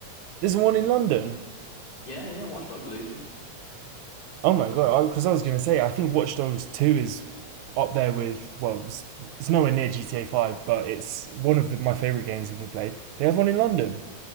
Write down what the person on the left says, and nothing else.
Yeah, yeah, Watch Dogs Legion.